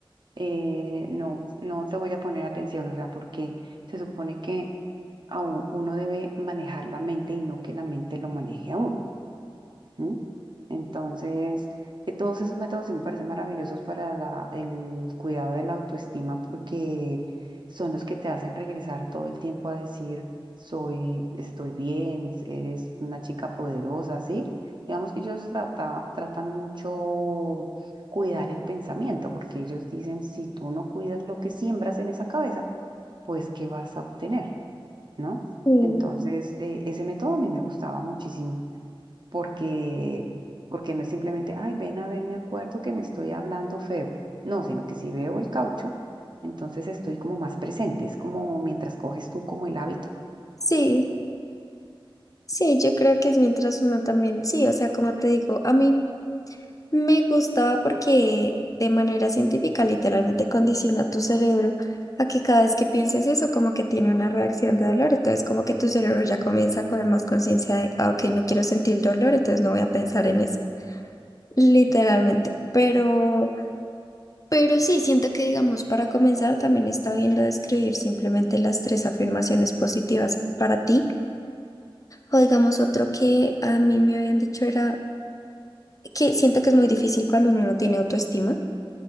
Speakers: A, on the right; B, on the left.
A: eh, no, no te voy a poner atención, o sea, porque se supone que a u- uno debe manejar la mente y no que la mente lo maneje a uno. ¿Mm? Entonces, eh, todos esos métodos sí me parecen maravillosos para la- el cuidado de la autoestima porque son los que te hacen regresar todo el tiempo a decir, soy, estoy bien, eres una chica poderosa, ¿sí? Digamos que ellos trata- tratan mucho cuidar el pensamiento porque ellos dicen, si tú no cuidas lo que siembras en esa cabeza, pues ¿qué vas a obtener? ¿No?
B: sí
A: Entonces, eh, ese método a mí me gustaba muchísimo porque, porque no es simplemente, ay, ven a ver, me acuerdo que me estoy hablando feo. No, sino que si veo el caucho, entonces estoy como más presente. Es como mientras coges tú como el hábito.
B: Sí, sí, yo creo que es mientras uno también, sí, o sea, como te digo, a mí Me gustaba porque de manera científica literalmente condiciona tu cerebro a que cada vez que pienses eso como que tiene una reacción de dolor, entonces como que tu cerebro ya comienza a coger más conciencia de, ah, ok, no quiero sentir dolor, entonces no voy a pensar en eso, literalmente. Pero, pero sí, siento que digamos, para comenzar también está bien lo de escribir simplemente las tres afirmaciones positivas para ti. O digamos otro que a mí me habían dicho era que siento que es muy difícil cuando uno no tiene autoestima